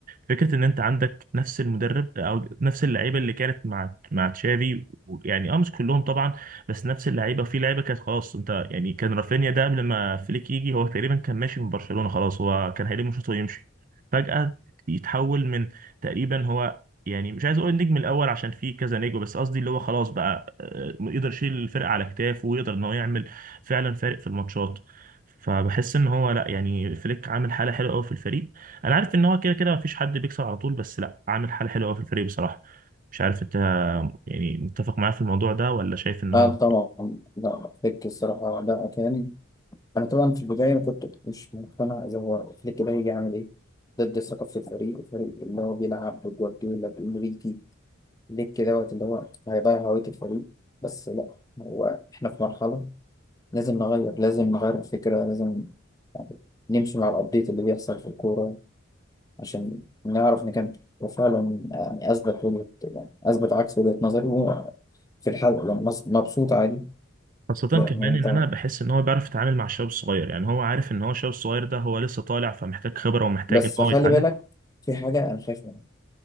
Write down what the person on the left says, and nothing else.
اه طبعا لا فليك الصراحة ده كان أنا طبعا في البداية ما كنت مش مقتنع إذا هو فليك ده هيجي يعمل إيه ضد ثقافة الفريق الفريق اللي هو بيلعب بجوارديولا بإنريكي ليك دوت اللي هو هيضيع هوية الفريق بس لا هو إحنا في مرحلة لازم نغير لازم نغير الفكرة لازم يعني نمشي مع الأبديت اللي بيحصل في الكورة عشان نعرف نكمل وفعلا يعني أثبت وجهة يعني أثبت عكس وجهة نظري وهو في الحلقة لما مص- مبسوط عادي
لأنه
طبعا
بس
خلي
بالك في حاجة أنا خايف منها